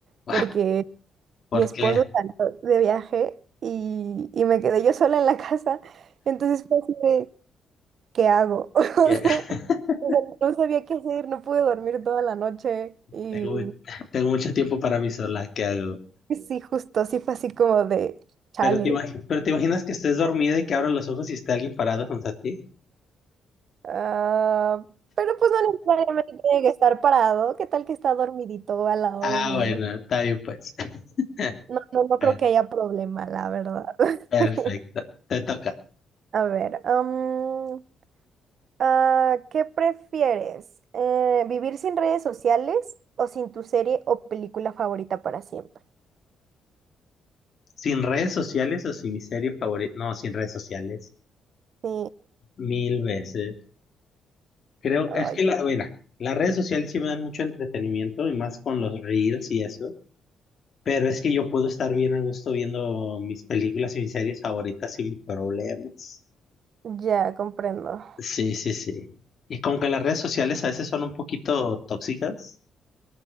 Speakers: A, on the left; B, on the right.
A: <laughs>
B: porque
A: porque
B: mi esposo salió de viaje y, y me quedé yo sola en la casa. Entonces fue así de, ¿qué hago? <laughs>
A: ya <laughs>
B: O sea, o sea, no sabía qué hacer, no pude dormir toda la noche y
A: tengo, tengo mucho tiempo para mí sola, ¿qué hago?
B: Sí, justo, sí fue así como de chale.
A: Pero te imagi- pero te imaginas que estés dormida y que abras los ojos y esté alguien parado junto a ti.
B: ah, pero pues no necesariamente tiene que estar parado. ¿Qué tal que está dormidito al lado
A: Ah,
B: de mí?
A: bueno,
B: No,
A: está bien pues. <laughs>
B: no, no, no creo
A: Eh,
B: que haya problema, la verdad.
A: Perfecto,
B: <laughs>
A: te toca.
B: A ver, am, ah, ¿qué prefieres? Eh, ¿vivir sin redes sociales o sin tu serie o película favorita para siempre?
A: Sin redes sociales o sin mi serie favorita. No, sin redes sociales.
B: Sí,
A: Mil veces. Creo,
B: ay,
A: es que la, mira, las redes sociales sí me dan mucho entretenimiento y más con los reels y eso. Pero es que yo puedo estar bien a gusto viendo mis películas y mis series favoritas sin problemas.
B: ya comprendo.
A: Sí, sí, sí. Y como que las redes sociales a veces son un poquito tóxicas,